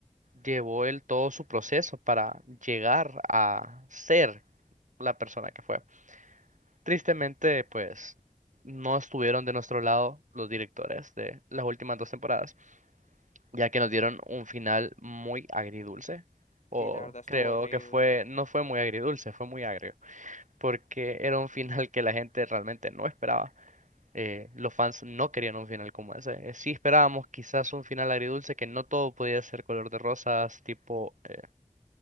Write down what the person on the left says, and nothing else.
Sí, la verdad estuvo
horrible.